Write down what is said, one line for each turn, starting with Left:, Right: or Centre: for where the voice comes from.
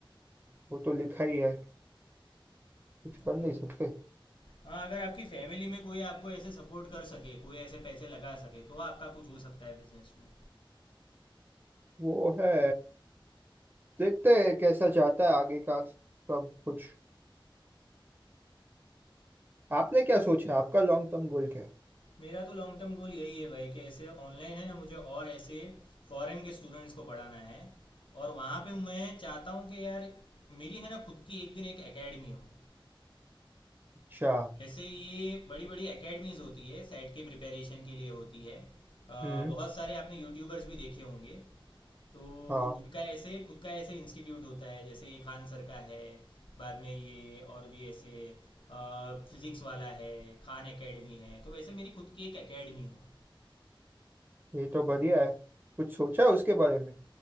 Right: वो तो लिखा ही है कुछ कर
Left: अगर
Right: नहीं सकते
Left: हाँ अगर आपकी फैमिली में कोई आपको ऐसे सपोर्ट कर सके कोई ऐसे पैसे लगा सके तो आपका कुछ हो सकता है बिजनेस में
Right: वो है देखते हैं कैसा जाता है आगे का सब कुछ आपने क्या सोचा है? आपका लॉन्ग टर्म गोल क्या है
Left: मेरा तो लॉन्ग टर्म गोल यही है भाई कि ऐसे ऑनलाइन है ना मुझे और ऐसे फॉरेन के स्टूडेंट्स को पढ़ाना है और वहाँ पे मैं चाहता हूँ कि यार मेरी है ना खुद की एक दिन एक एकेडमी हो
Right: अच्छा
Left: जैसे ये बड़ी बड़ी एकेडमीज होती है सेट के प्रिपरेशन के लिए होती है अ,
Right: हम्म
Left: बहुत सारे आपने यूट्यूबर्स भी देखे होंगे तो
Right: हाँ
Left: उनका ऐसे खुद का ऐसे इंस्टीट्यूट होता है जैसे ये खान सर का है बाद में ये और भी ऐसे फिजिक्स वाला है खान एकेडमी है तो वैसे मेरी खुद की एक एकेडमी हो
Right: ये तो बढ़िया है कुछ सोचा है उसके बारे में